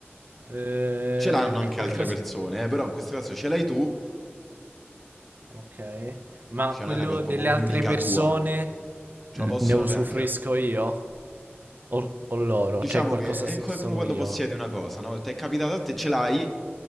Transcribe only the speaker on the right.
Eh,
e
eh, qualcosa...
Ok. Ma
quello
delle
altre persone
l-
ne usufruisco
io? O, o loro?
Cioè qualcosa
se
solo
io?